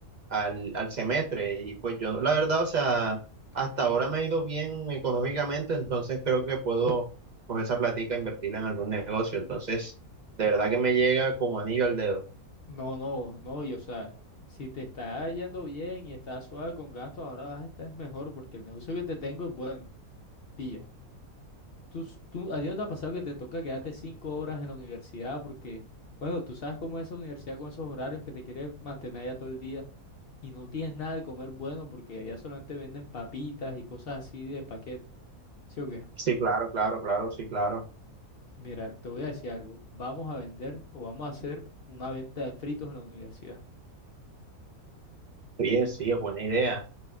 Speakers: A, on the right; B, on the left.
A: al, al semestre. Y pues yo, la verdad, o sea, hasta ahora me ha ido bien económicamente, entonces creo que puedo, pues esa plática, e invertirla en algún negocio. Entonces, de verdad que me llega como anillo al dedo.
B: No, no, no, y o sea, si te está yendo bien y estás suave con gastos, ahora vas a estar mejor porque el negocio que te tengo es bueno. Pilla. Tú, s- tú, ¿a ti no te ha pasado que te toca quedarte cinco horas en la universidad porque, bueno, tú sabes cómo es esa universidad con esos horarios que te quiere mantener ya todo el día? y no tienes nada de comer bueno porque allá solamente venden papitas y cosas así de paquete. ¿Sí o qué?
A: Sí, claro, claro, claro, sí, claro.
B: Mira, te voy a decir algo. Vamos a vender o vamos a hacer una venta de fritos en la universidad.
A: Oye, sí, es buena idea.